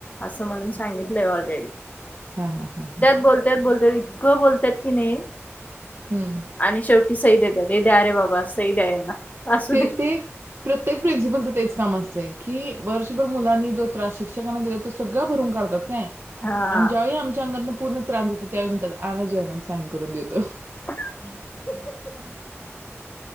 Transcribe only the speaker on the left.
असं म्हणून सांगितलंय ऑल <inaudible>
बोलत्यात बोलत्यात इतकं बोलत्यात की नाई
आणि शेवटी सईदेत द्या रे बाबा सई द्या यांना असू
दे
हा
<inaudible>